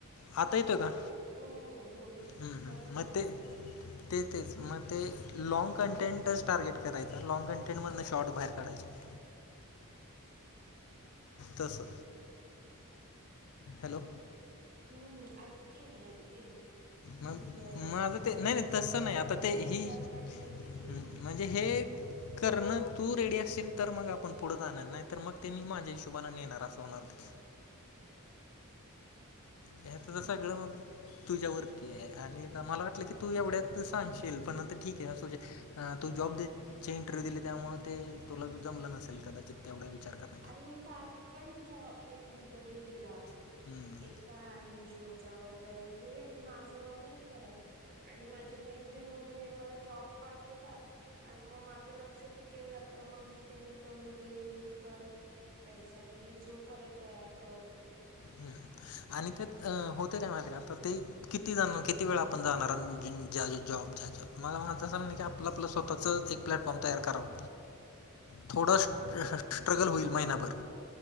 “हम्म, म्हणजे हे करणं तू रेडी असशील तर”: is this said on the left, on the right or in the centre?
Left